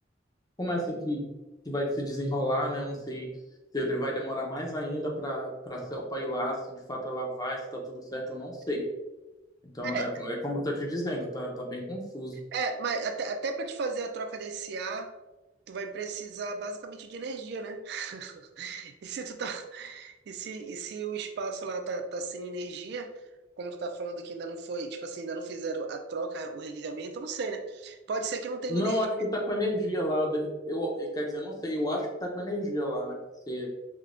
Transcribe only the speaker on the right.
sim.
É,
é, mas até, até para te fazer a troca desse ar, tu vai precisar basicamente de energia, né? <laughs> E se tu tá, e se, e se o espaço lá tá, tá sem energia, como tu tá falando que ainda não foi, tipo assim, ainda não fizeram a troca, o religamento, eu não sei, né? Pode ser que não tenha
energia.